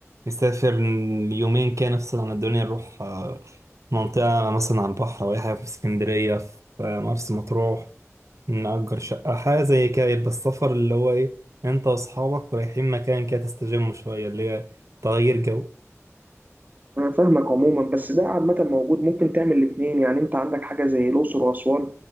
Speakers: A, on the right; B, on the right.
A: نسافر يومين كده نفصل عن الدنيا نروح آه، منطقة مثلا على البحر أو أي حاجة في اسكندرية في مرسى مطروح نأجر شقة حاجة زي كده يبقى السفر اللي هو إيه أنت وأصحابك رايحين مكان كده تستجموا شوية اللي هي تغيير جو
B: انا فاهمك عموما بس ده عامة موجود ممكن تعمل الاتنين يعني انت عندك حاجة زي الاقصر واسوان